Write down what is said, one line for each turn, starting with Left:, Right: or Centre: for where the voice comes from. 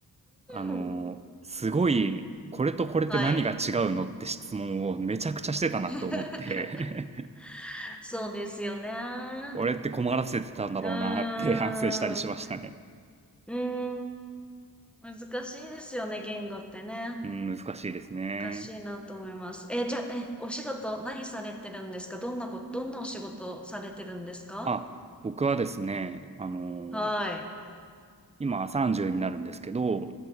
Right: あの、
Centre: うん。
Right: すごい、これとこれって何が違うのって質問をめちゃくちゃしてたなと思って
Centre: はい。<laughs>
Right: <laughs>
Centre: そうですよね。
Right: 俺って困らせてたんだろうなって
Centre: うーん、
Right: <laughs> 反省したりしましたね。
Centre: うーん。難しいですよね、言語ってね。
Right: うん、難しいですね。
Centre: 難しいなと思います。え、じゃあ、え、お仕事何されてるんですかどんなこと、どんなお仕事されてるんですか
Right: あ、僕はですね、あのー
Centre: はい。
Right: 今30になるんですけど、